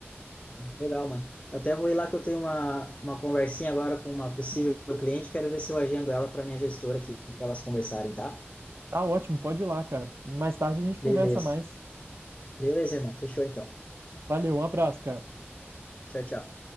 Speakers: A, on the left; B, on the right.
A: legal, mano. Eu até vou ir lá que eu tenho uma, uma conversinha agora com uma possível cliente, quero ver se eu agendo ela para minha gestora aqui, para elas conversarem, tá?
B: Tá ótimo, pode ir lá, cara. Mais tarde a gente conversa
A: Beleza.
B: mais.
A: Beleza, irmão. Fechou então.
B: Valeu, um abraço, cara.
A: Tchau, tchau.